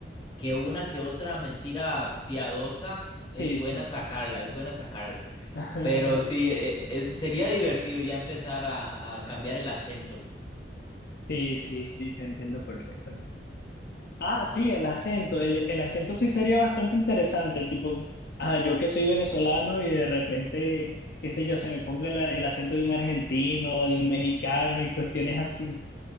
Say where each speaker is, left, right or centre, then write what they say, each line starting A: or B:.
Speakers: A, on the left; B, on the left.
A: que una que otra mentira piadosa
B: Sí,
A: es buena
B: sí.
A: sacarla, es buena sacarla.
B: <laughs>
A: Pero sí, e- e- es- sería divertido ya empezar a a cambiar el acento.
B: Sí, sí, sí, te entiendo perfectamente. Ah, sí, el acento. El, el acento sí sería bastante interesante. Tipo, ah, yo que soy venezolano y de repente, qué sé yo, se me ponga el, el acento de un argentino, de un mexicano y cuestiones así.